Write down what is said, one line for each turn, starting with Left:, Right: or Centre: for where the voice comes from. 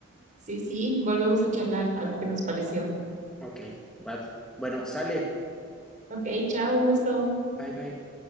Right: Sí, sí, volvemos a charlar, a ver qué nos pareció.
Centre: Ok, va. Bueno, sale.
Right: Ok, chao, un gusto.
Centre: Bye, bye.